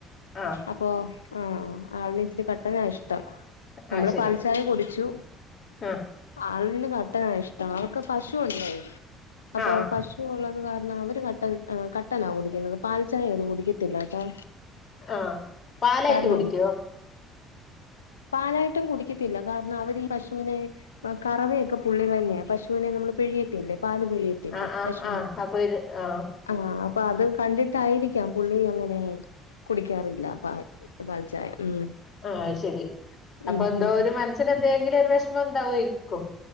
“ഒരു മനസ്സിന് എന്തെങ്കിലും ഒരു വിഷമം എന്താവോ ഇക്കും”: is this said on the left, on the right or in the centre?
Left